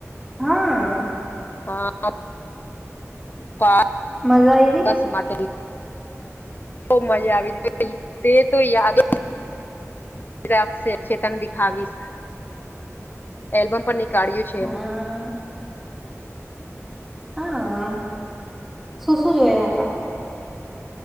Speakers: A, in the centre; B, on the left.
A: હા.
B: હા પા
A: મલવા આઈવી?
B: બસ માટે બવ મજા આવી ગઈ તે તો યાદજ રાખશે ચેતન દેખાવીશ એલ્બમ પણ નીકળ્યું છે
A: હા
B: એનું.
A: હા, શું શું જોયા હતા?